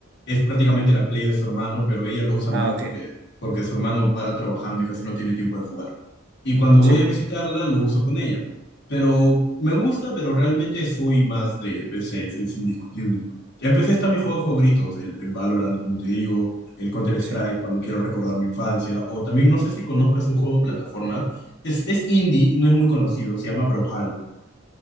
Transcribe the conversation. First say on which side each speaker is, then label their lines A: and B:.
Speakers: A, on the left; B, on the right.
A: Es prácticamente la Play de su hermano, pero ella lo usa
B: Ah,
A: más
B: ok.
A: porque, porque su hermano para trabajando y casi no tiene tiempo de jugar. Y cuando voy
B: Sí,
A: a visitarla, lo uso con ella. Pero me gusta, pero realmente soy más de PC, eso es indiscutible. En PC están mis juegos favoritos, el, el Valorant, como te digo, el Counter-Strike,
B: sí.
A: cuando quiero recordar mi infancia, o también no sé si conozcas un juego de plataformas, es, es indie, no es muy conocido, se llama Brawlhalla.